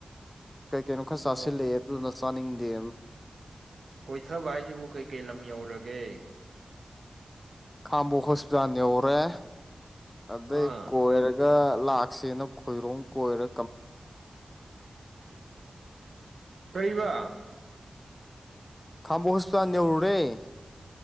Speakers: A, on the left (about 20°); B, on the right (about 75°).
A: ꯀꯩ ꯀꯩꯅꯣ ꯈꯔ ꯆꯥꯁꯤꯜꯂꯛꯑꯦ
B: ꯑꯣ
A: ꯑꯗꯨꯗꯨꯅ ꯆꯥꯅꯤꯡꯗꯦ
B: ꯀꯣꯏꯊꯕ ꯍꯥꯏꯁꯤꯕꯨ ꯀꯩꯀꯩ ꯂꯝ ꯌꯧꯔꯒꯦ
A: ꯈꯝꯕꯣꯛ ꯍꯣꯁꯄꯤꯇꯥꯜ ꯌꯧꯔꯦ ꯑꯗꯩ
B: ꯑꯥ
A: ꯀꯣꯢꯔ ꯂꯥꯛꯁꯦꯅ ꯈꯣꯏꯔꯣꯡ ꯀꯣꯏꯔ
B: ꯀꯔꯤꯕ
A: ꯈꯪꯕꯣꯛ ꯍꯣꯁꯄꯤꯇꯥꯜ ꯌꯧꯔꯨꯔꯦ